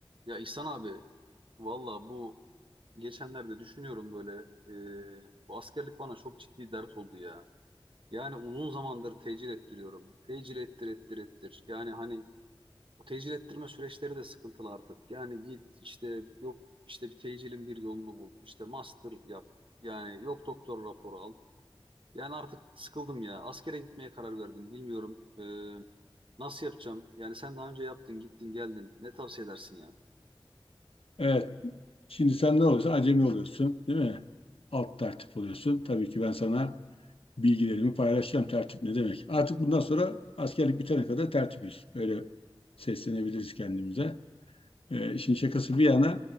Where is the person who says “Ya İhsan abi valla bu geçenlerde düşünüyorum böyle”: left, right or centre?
Right